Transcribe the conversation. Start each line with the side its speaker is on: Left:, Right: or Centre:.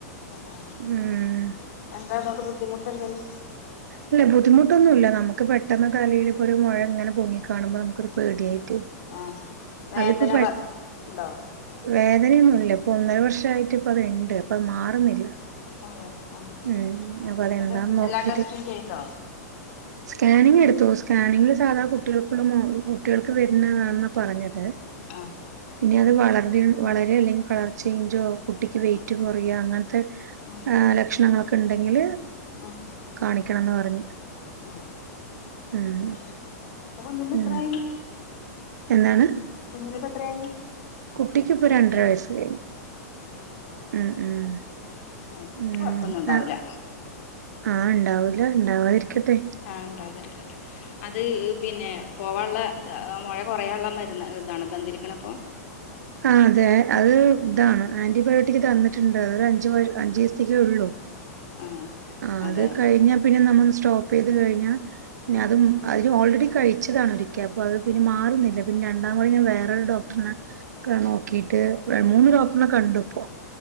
Left: ഉം
Right: ഉം
Left: എന്താ അതുകൊണ്ട് ബുദ്ധിമുട്ട്ന്തങ്കിലും
Right: അല്ല ബുദ്ധിമുട്ടൊന്നുമില്ല നമുക്ക് പെട്ടെന്ന് തലേൽ ഇപ്പോ ഒരു മുഴ ഇങ്ങനെ പൊങ്ങിക കാണുമ്പോ നമുക്ക് ഒരു പേടിയായിട്ട്
Left: ആ വേദന
Right: അതിപ്പോ പെ
Left: വ ഉണ്ടോ
Right: വേദനയൊന്നുല്ല ഇപ്പൊ ഒന്നര വർഷയിട്ട് ഇപ്പ അതിണ്ട് അപ്പമാറുന്നില്ല
Left: അതെ ആഹ്
Right: മ്മ്ഹ് അപ്പൊ അതെന്താ
Left: അത്
Right: നോക്കിട്ട്.
Left: എല്ലാ ടെസ്റ്റും ചെയ്തോ
Right: സ്കാനിങ് എടുത്തു സ്കാനിങ്ങിൽ സാധാ കുട്ട്യോൾക്കുള്ളമൊ കുട്ട്യോൾക് വെര്ന്നണെന്ന പറഞ്ഞത്
Left: ആഹ്
Right: ഇനി അത് വളരി വളരെ അല്ലെങ്കി കളർ ചെയ്ഞ്ചോ കുട്ടിക്ക് വെയിറ്റ്കൊറയ
Left: ഉം
Right: അങ്ങൻത്തെ
Left: ഉം
Right: ലക്ഷണങ്ങളൊക്കെണ്ടെങ്കില്
Left: ഉം
Right: കാണിക്കണംന്ന് പറഞ്ഞു
Left: ഉം
Right: ഉം
Left: കവന്ന്ട്ടെത്രായി
Right: ഉം എന്താണ്
Left: കുഞ്ഞിനിപ്പ എത്രയി
Right: കുട്ടിക്ക്പ്പൊ രണ്ടര വയസ് കഴിഞ്ഞു ഉം ഉം
Left: ആ ശ
Right: ഉം
Left: കൊഴപ്പൊന്നുംണ്ടാവൂല്ല.
Right: ആഹ് ആഹ് ഉണ്ടാവൂല്ല ണ്ടാവാതിരിക്കട്ടെ
Left: ആ ണ്ടാതിരിക്കട്ടെ അത് പിന്നേം പോവാന്ള്ളെ മൊഴ കൊറയാള്ള മരുന്ന ഇതാണ് തന്നിതിരിക്കണ ഇപ്പോ
Right: ആഹ് അതെ അത് ഇതാണ് ആന്റിബയോട്ടിക്ക് തന്ന്ട്ടുണ്ട് അത് അഞ്ച്
Left: ആഹ്
Right: അഞ്ചുസ്ത്തിക്കേഒള്ളു
Left: ആഹ്
Right: ആഹ്
Left: അതെ
Right: അത് കഴിഞ്ഞാ പിന്നെ നമ്മള് സ്റ്റോപ്പ്യ്ത് കഴിഞ്ഞാ പിന്ന
Left: ആഹ്
Right: അതും ആ ഓൾറെഡി കഴിച്ചതാണ് ഒരിക്കെ അപ്പൊ അത് പിന്നെ മാറുന്നില്ല പിന്നെ രണ്ടാംവഴി ഞാൻ വേറൊരു ഡോക്ടർനെ ക്കനോക്കിട്ട് മൂന്ന് ഡോക്ടർണെ കണ്ടുപ്പോ